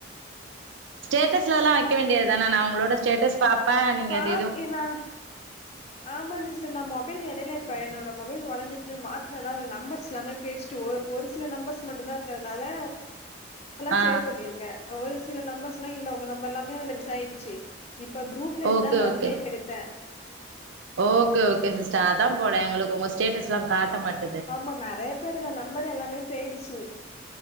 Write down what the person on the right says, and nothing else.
ஸ்டேட்டஸ்ல எல்லா வைக்க வேண்டியதுதானா நா உங்களோட ஸ்டேட்டஸ் பாப்பே நீங்க
அது எதயோ <inaudible>
ஆ
ஓகே
ஓகே
ஓகே ஓகே சிஸ்டர் அதா போல எங்களுக்கு உங்க ஸ்டேட்டஸ்சில்லா காட்ட மட்